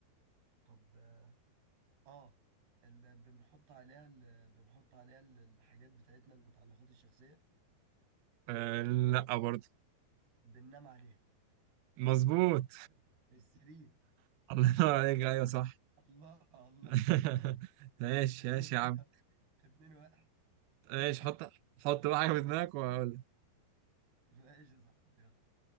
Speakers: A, on the right; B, on the right.
A: طب اه, آه اللي بنحط عليها ال- بنحط عليها ال- الحاجات بتاعتنا المتعلقات الشخصية
B: آه لا برضه
A: بننام عليها
B: مظبوط
A: السرير
B: <laughs> الله ينور عليك أيوه صح
A: الله الله
B: <laughs> ماشي
A: اتنين
B: ماشي يا
A: <laughs>
B: عم
A: اتنين واحد
B: ماشي
A: <laughs>
B: حط حط بقى حاجة في دماغك وأقول لك
A: ماشي يا صاحبي يلا